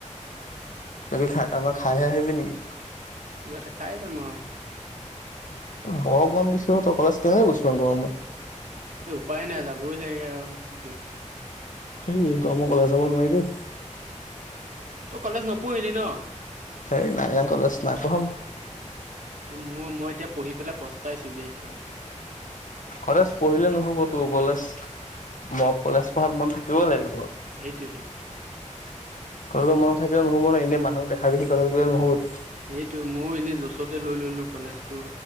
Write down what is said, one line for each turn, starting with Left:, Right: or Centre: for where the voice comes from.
Left: <unintelligible> খায় এইবাৰ খায়হে আহিবি নেকি?
Right: কিবা এটা খায় যাম আও।
Left: বৰ গৰম দিছে অ', তই কলেজ কেনে গৈছ' গৰমত?
Right: এই উপায় নাই যাবই লাগে আৰু কি কৰিবি।
Left: এই গৰমত কলেজ যাব নোৱাৰি দেই।
Right: তই কলেজ নপঢ়িলি ন'?
Left: সেই নাই আ কলেজ নাই পঢ়া মই।
Right: মোৰ মই এতিয়া পঢ়ি পেলাই পস্তাইছো! !!!!!!!!!
Left: কলেজ পঢ়িলে নহ'ব ও কলেজ মই কলেজ পঢ়াত মন থাকিব লাগিব।
Right: সেইটোৱেটো।
Left: কথাটো মন থাকিলে নহ'ব ন এনে মানুহক দেখা দেখি কলেজত গ'লে নহ'বটো।
Right: সেইটো ময়ো এনেই জচতে লৈ ল'লো কলেজটোক